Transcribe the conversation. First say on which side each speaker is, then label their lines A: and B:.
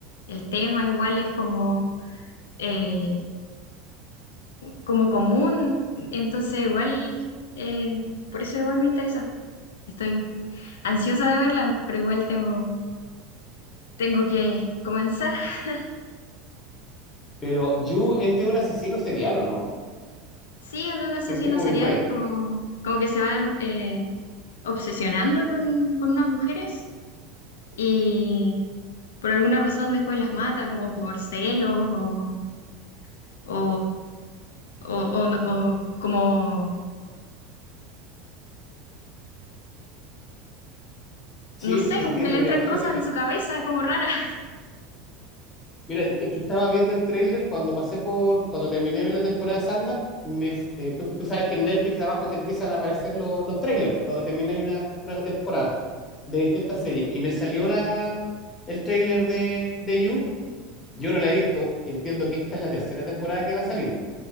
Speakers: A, on the left (about 70°); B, on the left (about 25°).
A: El tema igual es como eh, como común, entonces igual, eh, por eso igual me interesa. Estoy ansiosa de verla, pero igual tengo, tengo que comenzar. <laughs>
B: Pero You es de un asesino serial, ¿o no?
A: Sí, es de un asesino
B: Ten- Tengo
A: serial,
B: mis dudas ahí.
A: como, como que se va em, eh, obsesionando con, con unas mujeres y por alguna razón después las mata, como por celos o, o, o- o no- o como,
B: Sí,
A: no sé,
B: sí, te
A: como
B: entiendo.
A: que le
B: Mira,
A: entran
B: fíjate
A: cosas
B: que
A: en su cabeza, es como rara. <laughs>
B: Mira, es que estaba viendo el tráiler cuando pasé por, cuando terminé de ver la temporada de Sandman, me, eh, tú, tú sabes que en Netflix abajo te empiezan a aparecer lo- los trailers cuando termináis una, una temporada de distintas series. Y me salió la, el tráiler de, de You. Yo no la he visto, entiendo que esta es la tercera temporada que va a salir,